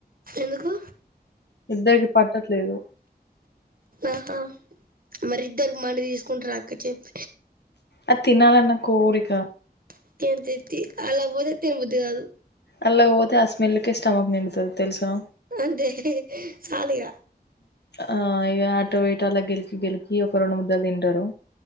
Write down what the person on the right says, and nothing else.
ఎందుకు
ఆహా మరి ఇద్దర్కి మండి తీసుకుంటార అక్క చెప్
<unintelligible> బోతే తనబుద్ది కాదు
అంతే సాలిగ